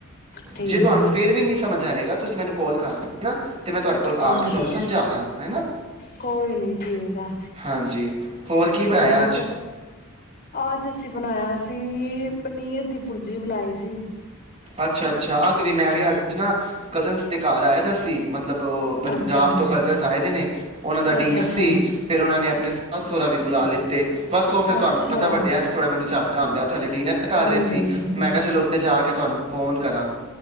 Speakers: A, on the left (about 45°); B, on the right (about 30°).
A: ਠੀਕ
B: ਜੇ ਤੁਹਾਨੂੰ
A: ਆ
B: ਫੇਰ ਵੀ ਨੀ ਸਮਝ ਆਏਗਾ ਤੁਸੀਂ ਮੈਨੂੰ ਕੋਲ ਕਰ ਦੇ ਨਾ, ਤੇ ਮੈਂ ਤੁਹਾਡੇ ਕੋਲ
A: ਹਾਂਜੀ,
B: ਆ ਕੇ ਤੁਹਾਨੂੰ ਸਮਝਾ ਦਾਂਗਾ ਹੈ ਨਾ
A: ਕੋਈ ਨੀ ਠੀਕ ਆ,
B: ਹਾਂਜੀ ਹੋਰ ਕੀ ਬਣਾਇਆ
A: ਹੋਰ
B: ਅੱਜ
A: ਅੱਜ ਅਸੀਂ ਬਣਾ ਬਣਾਇਆ ਸੀ, ਪਨੀਰ ਦੀ ਭੁਰਜੀ ਬਣਾਈ ਸੀ।
B: ਅੱਛਾ ਅੱਛਾ ਅਸੀਂ ਵੀ ਮੈਂ ਵੀ ਅੱਜ ਨਾ ਕਜ਼ਨਸ ਦੇ ਘਰ ਆਏ ਦ ਅਸੀਂ। ਮਤਲਬ ਉਹ ਪੰਜਾਬ
A: ਅੱਛਾ,
B: ਤੋਂ ਕਜ਼ਨਸ ਆਏ ਦੇ ਨੇ, ਉਹਨਾਂ ਦਾ ਡਿਨਰ
A: ਅੱਛਾ, ਅੱਛਾ,
B: ਸੀ, ਫਿਰ ਉਹਨਾਂ ਨੇ ਆਪਣੇ ਸੱਸ ਸਹੁਰਾ ਵੀ ਬੁਲਾ ਲਿੱਤੇ ਬਸ, ਉਹ ਫਿਰ ਤੁਹਾਨੂੰ
A: ਅੱਛਾ।
B: ਪਤਾ ਵੱਡਿਆਂ ਚ ਥੋੜ੍ਹਾ ਮੈਨੂੰ ਝਾਕਾ ਆਉਂਦਾ, ਉਹ ਥੱਲੇ ਡਿਨਰ ਕਰ
A: ਹਾਂਜੀ,
B: ਰਹੇ ਸੀ,
A: ਹਾਂਜੀ,
B: ਮੈਂ ਕਿਹਾ ਚਲੋ ਉੱਥੇ ਜਾ ਕੇ ਤੁਹਾਨੂੰ ਫ਼ੋਨ ਕਰਾਂ।